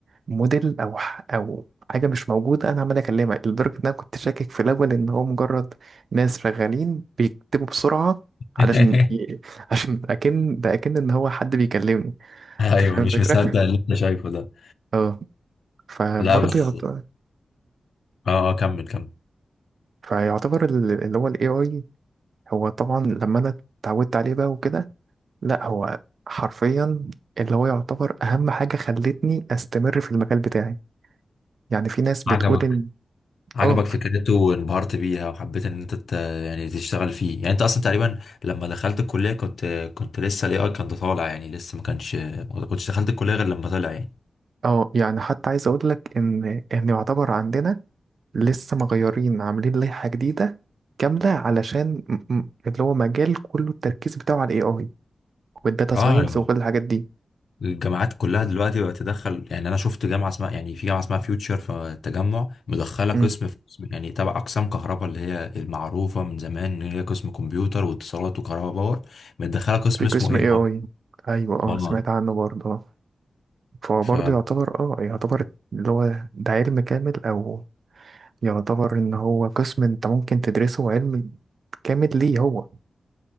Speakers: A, on the right (about 65°); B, on the left (about 75°).
A: موديل او ح- او حاجه مش موجوده انا عمال اكلمها لدرجه ان انا كنت شاكك في الاول ان هو مجرد ناس شغالين بيكتبوا بسرعه
B: <laughs>
A: علشان ي- <laughs> عشان اكن ده اكن ان هو حد بيكلمني
B: ايوه
A: انت فاهم
B: مش
A: الفكره
B: مصدق اللي انت شايفه ده
A: اه فبرضه
B: لا بس
A: يعتبر
B: اه اه كمل كمل
A: فيعتبر ال- اللي هو الاي اي هو طبعا لما انا اتعودت عليه بقى وكده لا هو حرفيا اللي هو يعتبر اهم حاجه خلتني استمر في المجال بتاعي يعني في ناس
B: عجبك
A: بتقول ان
B: عجبك
A: اه
B: فكرته وانبهرت بيها وحبيت ان انت ت- يعني تشتغل فيه يعني انت اصلا تقريبا لما دخلت الكلية كنت كنت لسه الاي اي كان طالع يعني لسه ما كانش ما كنتش دخلت الكلية غير لما طلع يعني
A: اه يعني حتى عايز اقول لك ان ان يعتبر عندنا لسه مغيرين عاملين لائحة جديدة كاملة علشان م- م- اللي هو مجال كله التركيز بتاعه على الاي اي والداتا ساينس
B: اه يعني
A: وكل الحاجات دي
B: الجامعات كلها دلوقتي بقت تدخل يعني انا شفت جامعة اسمها يعني في جامعة اسمها فيوتشر في التجمع مدخلة قسم
A: مم.
B: في قسم يعني تبع اقسام كهرباء اللي هي المعروفة من زمان ان هي قسم كمبيوتر واتصالات وكهرباء باور مدخلة قسم
A: في قسم
B: اسمه اي
A: اي
B: اي
A: اي ايوه اه
B: اه
A: سمعت عنه برضه آه. فبرضه
B: ف
A: يعتبر اه يعتبر اللي هو ده علم كامل او يعتبر ان هو قسم انت ممكن تدرسه علم كامل ليه هو